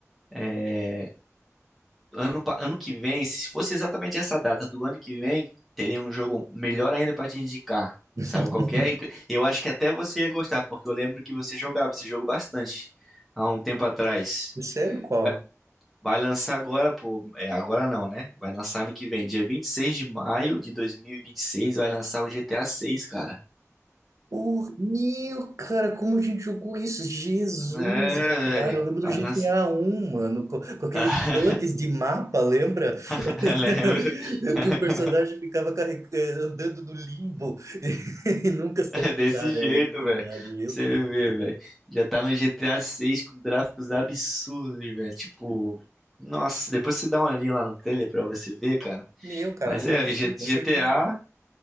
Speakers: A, in the centre; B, on the right.
A: é, ano, pa- ano que vem, se fosse exatamente essa data do ano que vem, teria um jogo melhor ainda pra te indicar.
B: <laughs>
A: Sabe qual que é? Inclu- Eu acho que até você ia gostar, porque eu lembro que você jogava esse jogo bastante há um tempo atrás.
B: Sério, qual?
A: Vai, vai lançar agora, pô. É, agora não, né? Vai lançar ano que vem, dia 26 de maio de dois mil e e vinte e seis, vai lançar o GTA seis, cara.
B: Horrível, cara, como a gente jogou isso? Jesus,
A: É,
B: cara,
A: velho.
B: eu lembro do
A: Vai
B: GTA
A: lançar.
B: um mano, com, com aqueles
A: <laughs>
B: bugs de mapa, lembra? <laughs>
A: <laughs> Lembro. <laughs>
B: Que o personagem ficava carreg- eh, andando no limbo <laughs> e nunca saiu,
A: Desse
B: cara,
A: jeito,
B: é verdade,
A: velho.
B: meu
A: Você
B: Deus.
A: vê, velho. Já tá no GTA 6 com gráficos absurdos, velho. Tipo, nossa, depois você dá uma olhadinha lá no trailer pra você ver, cara.
B: Meu, cara,
A: Mas
B: vou
A: é,
B: ver sim, com
A: G-
B: certeza.